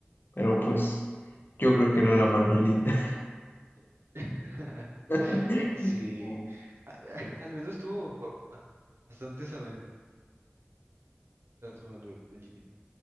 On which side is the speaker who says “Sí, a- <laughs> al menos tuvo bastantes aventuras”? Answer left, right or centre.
Right